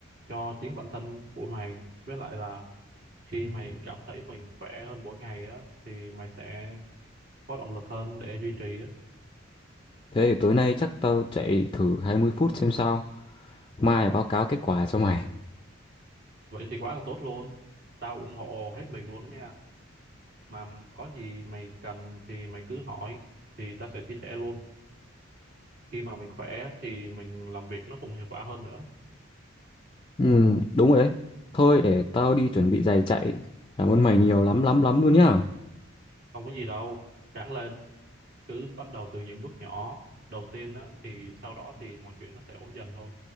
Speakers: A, on the right (about 45°); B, on the left (about 25°).
A: cho chính bản thân của mày với lại là khi mày cảm thấy mình khỏe hơn mỗi ngày á thì mày sẽ có động lực hơn để duy trì á
B: Thế thì tối nay chắc tao chạy thử 20 phút xem sao. Mai báo cáo kết quả cho mày.
A: vậy thì quá là tốt luôn tao ủng hộ hết mình luôn đó nha mà có gì mày cần thì mày cứ hỏi thì tao sẽ chia sẻ luôn khi mà mình khỏe thì mình làm việc nó cũng hiệu quả hơn nữa
B: Ừ, đúng rồi đấy. Thôi để tao đi chuẩn bị giày chạy. Cảm ơn mày nhiều lắm lắm lắm luôn nhá.
A: không có gì đâu ráng lên cứ bắt đầu từ những bước nhỏ đầu tiên á thì sau đó thì mọi chuyện nó sẽ ổn dần thôi